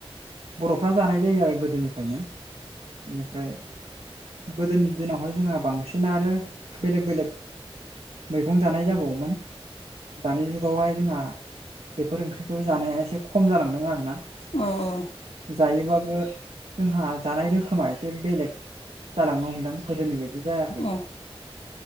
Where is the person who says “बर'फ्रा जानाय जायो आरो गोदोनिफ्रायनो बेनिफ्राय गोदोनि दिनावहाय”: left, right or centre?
Right